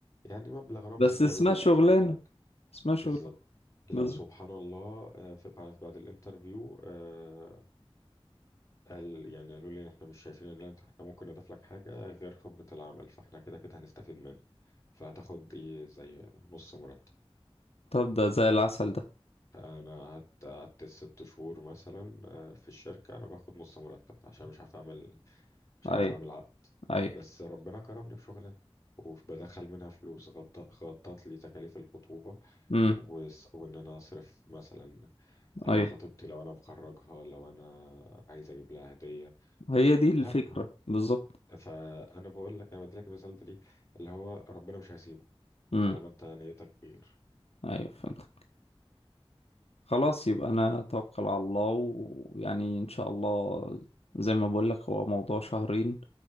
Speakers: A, on the left; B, on the left.
A: يعني مبلغ رمزي
B: بس
A: كده
B: اسمها
A: بيغطي
B: شغلانة
A: المواصلات
B: اسمها شغلانة
A: بالظبط لا
B: بالظبط
A: سبحان الله آه، في- بعد بعد الانترفيو آه، قال يعني قالوا لي إن احنا مش شايفين ان انت احنا ممكن نضيف لك حاجة غير خبرة العمل فاحنا كده كده هنستفيد منك فهتاخد ايه زي نص مرتب
B: طب ده زي العسل ده
A: انا قعدت قعدت ست شهور مثلا آه، في الشركه انا باخد نص مرتب عشان مش عارف اعمل مش عارف
B: اي
A: اعمل عقد
B: اي
A: بس ربنا كرمني بشغلانه وبدخل منها فلوس غط- غطت لي تكاليف الخطوبه
B: امم
A: وس- وان انا اصرف مثلا على
B: اي
A: خطيبتي لو انا مخرجها لو انا عايز اجيب لها هديه
B: هي دي الفكرة
A: لا
B: بالظبط
A: فانا بقول لك انا بديلك المثال ده ليه اللي هو ربنا مش هيسيبك
B: امم
A: طالما انت نيتك خير
B: ايوه فهمتك خلاص يبقى انا اتوكل على الله ويعني ان شاء الله زي ما بقول لك هو موضوع شهرين